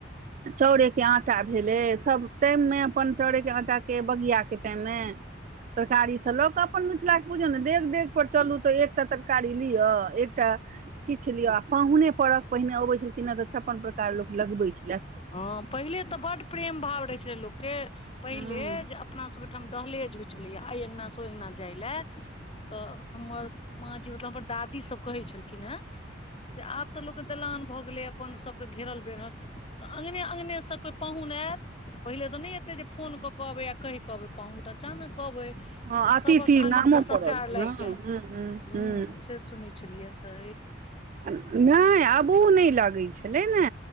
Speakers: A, on the right; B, on the left.
A: चोड़े के आटा भेलै सभ टाइम मे अपन चोड़े के आटा के बगआ के टाइम मे तरकारी से लऽ कऽ अपन मिथिला के पूजे ने देख डे पर चलू तऽ एकटा तरकारी लियअ एकटा किछ लियो आ पाहुने परक पहिने अबै छलखिन न तऽ छप्पन प्रकार लोक लगबै छै
B: हँ पहिले त बड् प्रेम भाव रहै छलै लोक के पहिले
A: हँ
B: जे अप अपना सभ ओहिठाम दहलेज होइत छलैए आइ अंगना स ओ अंगना जाए लए त हमर माँ जी मतलब हमर दादीसभ कहै छलखिन है जे आब तऽ लोकके दलान भऽ गेलै अपन सभके घेरल बेरल तऽ अङ्गने अङ्गनेसँ कोइ पाहुन आयत तऽ पहिले तऽ नहि एेतै जे फोन कऽ कहबै आ कहि कऽ अबै पाहन तऽचा ने कहबै त
A: हँ अतिथि
B: सबक आंगन
A: नामो
B: से सचार
A: पड़ल
B: लाग
A: हँ हँ
B: जाय
A: हँ
B: हूँ
A: हँ
B: से सुनै छलियै त
A: नहि आबो नहि लगैत छलै ने